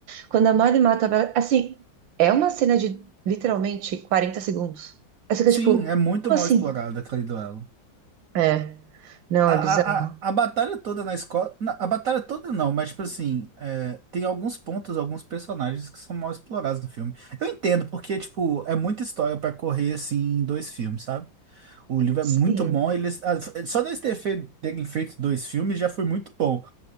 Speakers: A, on the right (about 80°); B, on the right (about 60°).
A: Quando a Molly mata. a Bella- Assim, é uma cena de literalmente 40 segundos. Aí você fica
B: Sim,
A: tipo,
B: é muito
A: como assim?
B: mal explorado aquele duelo.
A: É, não,
B: A,
A: é bizarro.
B: a, a, a batalha toda na escola. na- A batalha toda não, mas, tipo assim, é, tem alguns pontos, alguns personagens que são mal explorados no filme. Eu entendo, porque, tipo, é muita história pra correr, assim, em dois filmes, sabe? O livro
A: Sim,
B: é muito bom, eles, ah, f- só deles ter fe- terem feito dois filmes já foi muito bom.